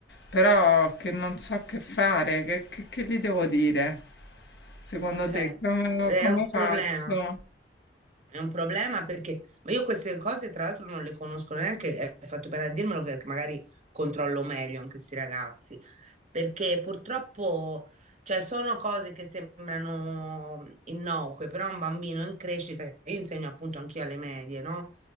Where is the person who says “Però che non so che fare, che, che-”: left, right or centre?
Left